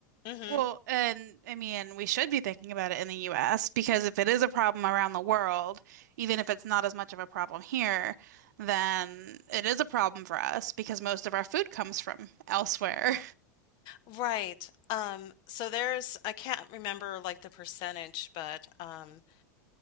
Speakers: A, on the left; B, on the right.
A: Mm-hmm.
B: Well, and I mean, we should be thinking about it in the US because if it is a problem around the world, even if it's not as much of a problem here, then it is a problem for us because most of our food comes from elsewhere. <laughs>
A: Right. Um, so there's, I can't remember like the percentage, but um,